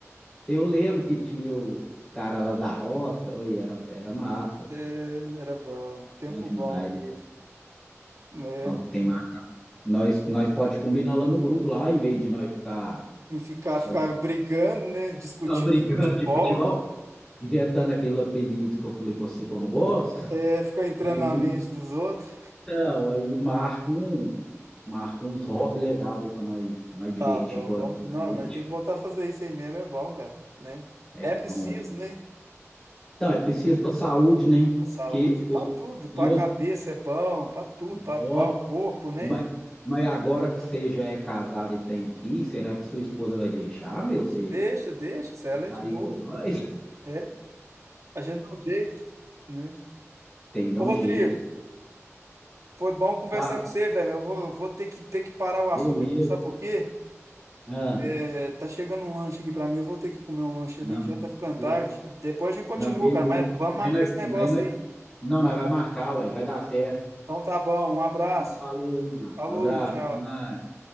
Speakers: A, on the left; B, on the right.
A: Eu lembro que tinha o- os caras lá da roça, oi, era, era massa.
B: É, não era bom, tempo
A: Não demais.
B: bom aqui. É,
A: Não,
B: meu filho.
A: tem marca. Nós, nós pode combinar lá no grupo, lá, em vez de nós ficar
B: E ficar,
A: só,
B: ficar
A: de,
B: brigando,
A: <laughs>
B: né? Discutindo
A: só brigando
B: de futebol,
A: de futebol,
B: né?
A: inventando aquele apelido que eu falei com você que eu não gosto.
B: É, ficar entrando
A: Aí,
B: na mente dos outros.
A: então, aí marca um. Marca uns hobby legal aí pra nós, pra nós divertir
B: Tá bom,
A: igual
B: vamos.
A: antigamente.
B: Não, nós tem que voltar a fazer isso aí mesmo, é bom, cara, né?
A: É
B: É
A: bom,
B: preciso,
A: aí.
B: né?
A: Então, é preciso pra saúde, né?
B: Pra saúde,
A: Que
B: pra
A: o-
B: tudo, pra
A: e eu,
B: cabeça é bom, pra tudo, pra,
A: ó,
B: pra o corpo, né?
A: mas, mas agora que você já é casado e tem filho, será que sua esposa vai deixar, meu? Você
B: Deixa, deixa, se ela é
A: sair
B: de boa.
A: com nós?
B: É, a gente dá um jeito, né?
A: Tem que dar
B: Ô,
A: um
B: Rodrigo,
A: jeito. aí.
B: foi bom conversar
A: Fala,
B: com você, velho, mas eu vou, eu vou ter que, ter que parar o assunto
A: beleza.
B: aqui, sabe por quê?
A: Ah,
B: É, tá chegando um lanche aqui pra mim, eu vou ter que comer um lanche
A: não,
B: ali que já tá ficando
A: be-
B: tarde. Depois a gente continua,
A: não, beleza.
B: cara, mas vamos marcar
A: Aí nós,
B: esse negócio
A: aí nós,
B: aí.
A: não, nós vai marcar, ué, vai dar certo.
B: Então tá bom, um abraço.
A: Então, falou, Márcio.
B: Falou,
A: Abraço,
B: tchau.
A: até mais.